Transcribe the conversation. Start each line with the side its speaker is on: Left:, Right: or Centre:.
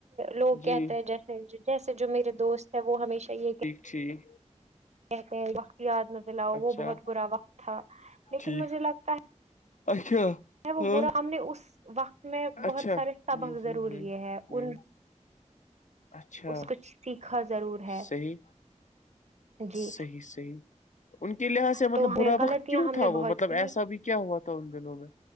Right: لوگ کہتے
Left: جی
Right: ہیں جیسے جیسے جو میرے دوست ہے وہ ہمیشہ یہ کہ
Left: جی
Right: کہتے ہیں وقت یاد نہ دلاؤ وہ
Left: اچھا
Right: بہت برا وقت تھا لیکن
Left: ٹھیک
Right: مجھے لگتا ہے
Left: اچھا
Right: وہ
Left: ہاں
Right: برا ہم نے اس وقت میں
Left: اچھا
Right: بہت سارے
Left: ہ
Right: سبق ضرور
Left: ہ ہ
Right: لیے ہیں ان
Left: ہ اچھا
Right: اس کچھ سیکھا ضرور ہے
Left: صحیح
Right: جی
Left: صحیح صحیح ان کے لحاظ سے مطلب
Right: تو ہمیں
Left: برا وقت
Right: غلطیاں
Left: کیوں
Right: ہم
Left: تھا
Right: نے
Left: وہ
Right: بہت
Left: مطلب
Right: کی
Left: ایسا بھی کیا ہوا تھا ان دنوں میں